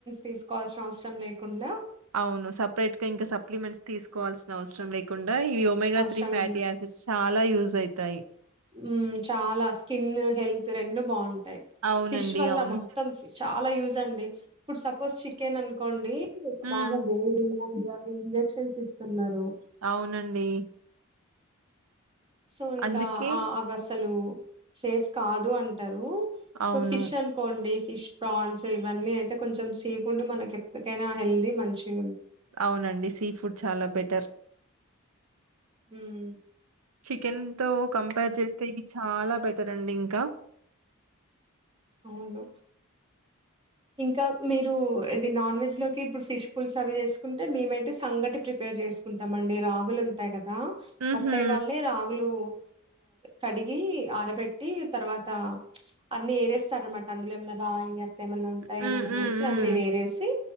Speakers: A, on the right (about 25°); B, on the right (about 80°).
A: తీసుకోవాల్సిన అవసరం లేకుండా
B: అవును సపరేటుగా ఇంకా సప్లిమెంట్ తీ కోవాల్సిన అవసరం లేకుం డా ఇ ఒమెగా
A: అవసరం
B: త్రీ ఫ్యాటీ ఆసిడ్స్ చాలా యూజ్ సైతాయి
A: ఉం చాలా స్కిన్ హెల్త్ రెండు బాగుంటా టై
B: అవునండి
A: ఫిష్ వల్ల
B: అవును
A: మొత్తం ఫి చాలా యూజ్ అండి ఇప్పుడు సపోజ్ చికెన్ అనుకోండి
B: హ్మ్
A: భాగ వేడి అండ్ అవి ఇంజెక్షన్స్ ఇస్తున్నారు
B: అవునండి
A: సో ఇంకా
B: అందుకే
A: ఆ అవసలు సేఫ్ కాదు అంటా రు సో
B: అవును
A: ఫిష్ అన్కోండి ఫిష్ ప్రాన్స్ ఇవన్నీ అయితే కొంచెం సీ ఫుడ్ మనకి ఎప్పటికైనా హెల్దీ మంచిగు
B: అవునండి సీ ఫుడ్ చాలా బెటర్
A: ఉమ్
B: చికెన్ తో కంపార్ చేస్తే ఇది చాలా బెటర్ అండి ఇంకా
A: అవును ఇంకా మీరు ఇది నాన్ వెజ్ లోకి ఇప్పుడు ఫిష్ పులిసు అవి చేసుకుంటే మేమైతే సంగటి ప్రిపేర్ చేసుకుంటాం. అండి రాగులు ఉంటాయి క దా
B: ఉహూ
A: అత్తయ్య వాళ్ళే రాగులు కడిగి ఆరబెట్టి తర్వాత అన్ని ఏరేస్తారన్నమాట అందులో ఏమన్నా రాయి అట్లే ఏమన్నా ఏమన్న
B: హ్మ్ హ్మ్
A: వేసి
B: హ్మ్
A: అన్ని వేరేసి